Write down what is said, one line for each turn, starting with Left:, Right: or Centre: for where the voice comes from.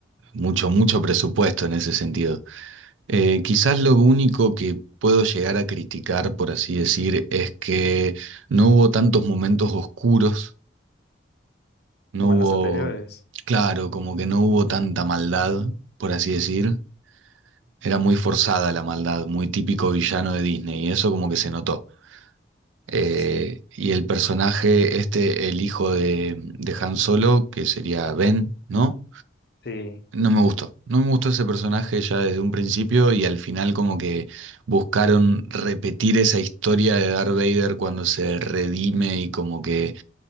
Right: mucho, mucho presupuesto en ese sentido. Eh, quizás lo único que puedo llegar a criticar, por así decir, es que no hubo tantos momentos oscuros No
Left: como
Right: hubo,
Left: en las anteriores.
Right: claro, como que no hubo tanta maldad, por así decir. Era muy forzada la maldad, muy típico villano de Disney, y eso como que se notó. Eh,
Left: Sí,
Right: y el personaje, este, el hijo de, de Han Solo, que sería Ben, ¿no?
Left: sí.
Right: No me gustó. No me gustó ese personaje ya desde un principio y al final como que buscaron repetir esa historia de Darth Vader cuando se redime y como que,